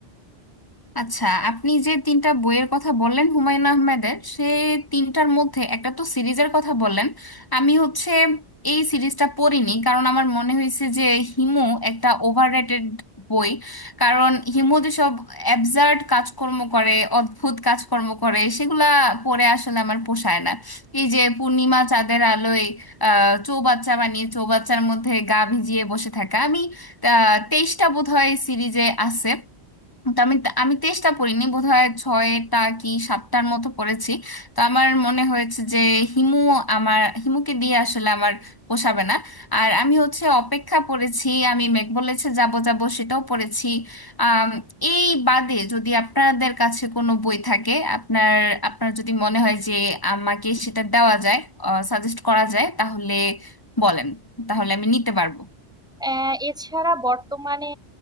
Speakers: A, on the left; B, in the centre.
A: আচ্ছা আপনি যে তিনটা বইয়ের কথা বললেন হুমায়ুন আহমেদের সে তিনটার মধ্যে একটা তো সিরিজের কথা বললেন আমি হচ্ছে এই সিরিজটা পড়িনি কারণ আমার মনে হয়েছে যে হিমু একটা ওভাররেটেড বই কারণ হিমু যেসব অ্যাবসার্ড কাজকর্ম করে অদ্ভুত কাজকর্ম করে সেগুলা পড়ে আসলে আমার পোষায় না এই যে পূর্ণিমা চাঁদের আলোয় আহ চৌবাচ্চা বানিয়ে চৌবাচ্চার মধ্যে গা ভিজিয়ে বসে থাকা আমি তেইশটা বোধহয় সিরিজে আছে তো আমি আমি তেষ্টা পড়িনি বোধহয় ছয়টা কি সাতটার মতো পড়েছি তো আমার মনে হয়েছে যে হিমু আমার হিমুকে দিয়ে আসলে আমার পোষাবে না আর আমি হচ্ছে অপেক্ষা পড়েছি আমি মেঘ বলেছে যাব যাব সেটাও পড়েছি আম, এই বাদে যদি আপনাদের কাছে কোনো বই থাকে আপনার আপনার যদি মনে হয় যে আমাকে সেটা দেওয়া যায় সাজেস্ট করা যায় তাহলে বলেন তাহলে আমি নিতে পারবো
B: আহ, এছাড়া বর্তমানে